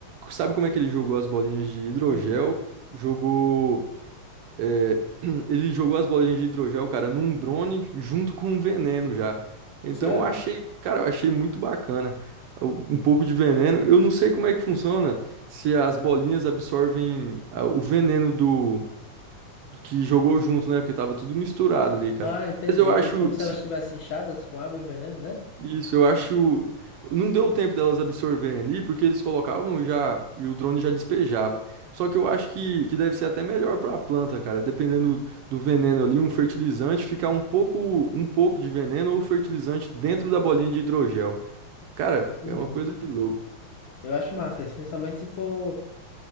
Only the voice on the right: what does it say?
sabe como é que ele jogou as bolinhas de hidrogel?
Jogou. É, <clears throat> ele jogou as bolinhas de hidrogel, cara, num drone junto com um veneno já. Então
eu achei, cara, eu achei muito bacana. Um um pouco de veneno. Eu não sei como é que funciona se as bolinhas absorvem ah, o veneno do do que jogou junto, né? Porque tava tudo misturado ali, cara.
Mas eu acho
isso, eu acho. Não deu tempo delas absorverem ali, porque eles colocavam já e o drone já despejava. Só que eu acho que, que deve ser até melhor para a planta, cara. Dependendo do veneno ali, um fertilizante ficar um pouco, um pouco de veneno ou fertilizante dentro da bolinha de hidrogel. Cara,
é uma coisa de louco.